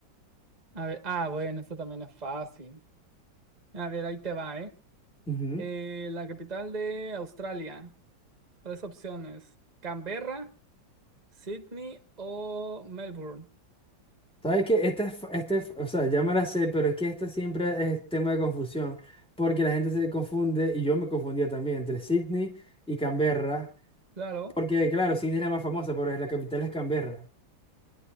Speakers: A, on the right; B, in the centre.
A: A ver, ah, bueno, esto también es fácil. A ver, ahí te va, ¿eh?
B: Ujú.
A: Eh, la capital de Australia. Tres opciones. Canberra, Sydney o Melbourne.
B: ¿Sabes que Este, es- este, es- o sea, ya me la sé, pero es que este siempre es tema de confusión, porque la gente se confunde, y yo me confundía también, entre Sydney y Canberra,
A: Claro.
B: porque claro, Sydney es la más famosa, pero es- la capital es Canberra.